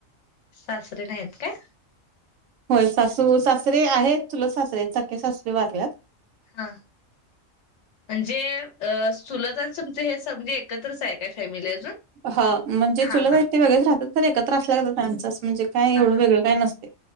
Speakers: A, on the left; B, on the right.
A: सासरे नाहीयेत काय?
B: होय सासू- सासरे आहेत, चुलत सासरे सख्ख्या सासरे वाारल्यात.
A: हा, म्हणजे अ सुलतनम हे स म्हणजे एकत्रच आहे काय फॅमिली अजून?
B: हा म्हणजे
A: हा
B: चुलं
A: हा
B: ते वगळेच राहतात, तर एकत्र असल्यागत त्यांच म्हणजे काय एवढं
A: हा हा
B: वेगळं काय नसते.